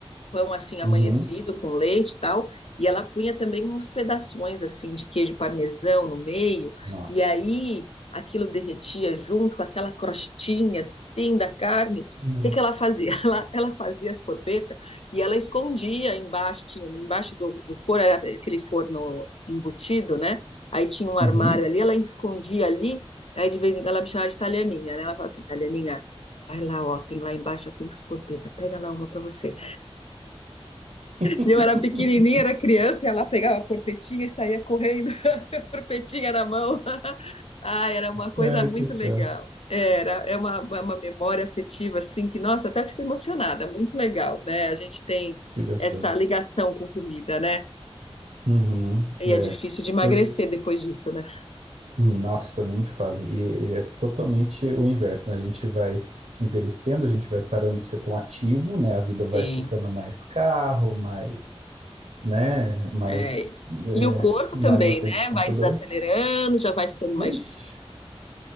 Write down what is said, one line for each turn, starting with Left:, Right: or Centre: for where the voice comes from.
Left: pão assim amanhecido
Right: Uhum.
Left: com leite e tal, e ela punha também uns pedaços assim de queijo parmesão no meio,
Right: Nossa.
Left: e aí aquilo derretia junto com aquela crostinha assim da carne. O
Right: né?
Left: que que ela fazia? <laughs> Ela, ela fazia as porpetas e ela escondia embaixo, tinha embaixo do, do forno, era aquele forno embutido, né? Aí tinha um armário
Right: Uhum.
Left: ali, ela escondia ali, aí de vez em quando ela me chamava de italianinha, né? Ela falava assim, italianinha, vai lá, ó, tem lá embaixo, tem umas porpetas, pega lá uma para você.
Right: <laughs>
Left: E eu era pequenininha, era criança, e ela pegava a porpetinha e saía correndo, <laughs> a porpetinha na mão. <laughs> Ah, era uma coisa
Right: É,
Left: muito
Right: que céu.
Left: legal. Era, é uma, uma uma memória afetiva, assim, que, nossa, até fico emocionada, muito legal, né? A gente tem
Right: Que gostoso.
Left: essa ligação com comida, né?
Right: Uhum.
Left: E
Right: É,
Left: é difícil de emagrecer
Right: eu,
Left: depois disso, né?
Right: nossa, nem me fale. E, e é totalmente o inverso, né? A gente vai envelhecendo, a gente vai parando de ser tão ativo, né? A vida vai
Left: Sim,
Right: ficando mais carro, mais, né? Mais,
Left: é.
Right: é,
Left: E o corpo
Right: mais
Left: também,
Right: na frente
Left: né?
Right: do computador.
Left: Vai desacelerando, já vai ficando mais
Right: Ixi.
Left: difícil.